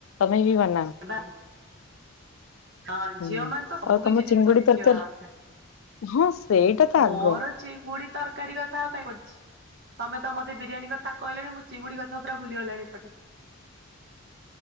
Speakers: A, on the left; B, on the right.
A: ମିଳିବ ନା।
B: <inaudible> ହଁ
A: ହୁଁ
B: ଝିଅ ମାନ ତ ସବୁ
A: ଆଉ
B: କିଛି
A: ତମ
B: ଜିନିଷ
A: ଚିଙ୍ଗୁଡି
B: ଶିଖିବା
A: ତରକାରୀ
B: ଦରକାର।
A: ହଁ ସେଇଟା ତ ଆଗ।
B: ମୋର ଚିଙ୍ଗୁଡି ତରକାରୀ କଥା ଆଉ କାହିଁ ପଡିଛି। ତମେ ତ ମତେ ବିରିୟାନୀ କଥା କହିଲଣି ମୁଁ ଚିଙ୍ଗୁଡି କଥା ପୁର ଭୁଲି ଗଲାଣି ଏପଟେ।